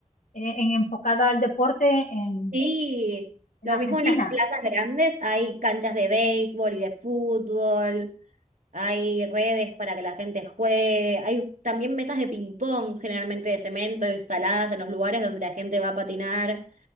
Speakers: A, on the left; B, on the right.
A: eh, en enfocada al deporte en,
B: Y
A: en
B: lo
A: Argentina.
B: mismo en las plazas grandes, hay canchas de béisbol y de fútbol, hay redes para que la gente juegue, hay también mesas de ping-pong generalmente de cemento instaladas en los lugares donde la gente va a patinar